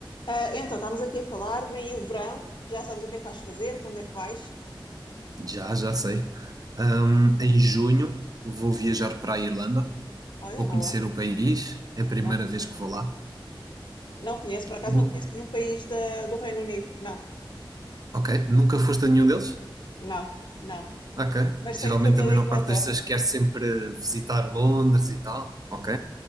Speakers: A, on the left; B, on the right.
A: Ah, então, estamos aqui a falar, vem aí o verão, já sabes o que é que vais fazer, para onde é que vais?
B: Já, já sei. Ahm, em junho vou viajar para a Irlanda,
A: Olha,
B: vou
A: boa,
B: conhecer o país, é a primeira
A: não conheço.
B: vez que vou lá.
A: Não conheço, por acaso
B: Nu-
A: não conheço nenhum país da- do Reino Unido. Não,
B: ok, nunca foste a nenhum deles?
A: não, não.
B: Ok.
A: Mas
B: Geralmente
A: tenho família
B: a maior
A: em Inglaterra.
B: parte das pessoas quer sempre visitar Londres e tal. Ok.